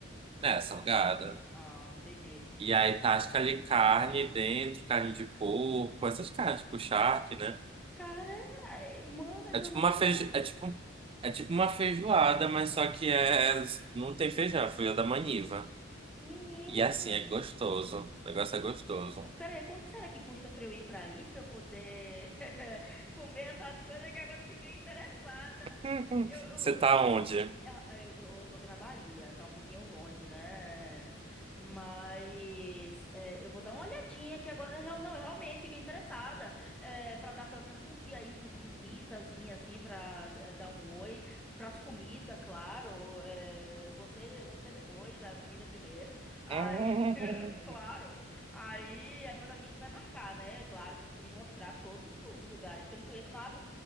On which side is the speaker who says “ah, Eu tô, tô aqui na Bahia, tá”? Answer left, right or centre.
Centre